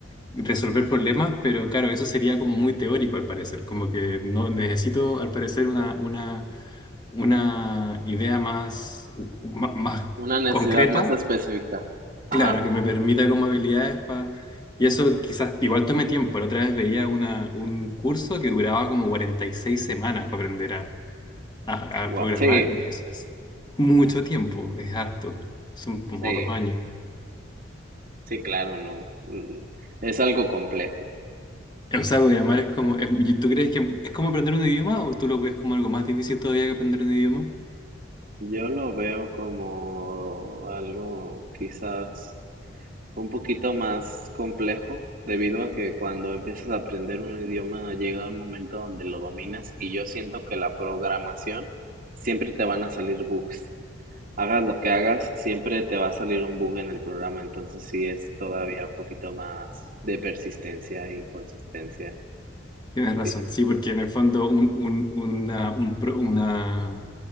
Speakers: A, on the left; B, on the right.
A: resolver problemas, pero claro, eso sería como muy teórico al parecer, como que no necesito al parecer una, una, una idea más, u- u- ma- más
B: una necesidad
A: concreta,
B: más específica.
A: claro,
B: Ajá,
A: que me permita como habilidades para... Y eso quizás igual tome tiempo. La otra vez veía una, un curso que duraba como 46 semanas para aprender a, a
B: gua-
A: programar
B: sí,
A: y eso es mucho tiempo, es harto, son como
B: sí,
A: dos años.
B: sí, claro, no. mm, Es algo complejo.
A: O sea, programar es como, es- y ¿tú crees que es como aprender un idioma o tú lo ves como algo más difícil todavía que aprender un idioma?
B: Yo lo veo como algo quizás un poquito más complejo, debido a que cuando empiezas a aprender un idioma llega un momento donde lo dominas y yo siento que la programación siempre te van a salir bugs. Hagas lo que hagas, siempre te va a salir un bug en el programa, entonces sí es todavía un poquito más de persistencia y consistencia,
A: Tienes razón,
B: sí.
A: sí, porque en el fondo un, un, una, un pro- una,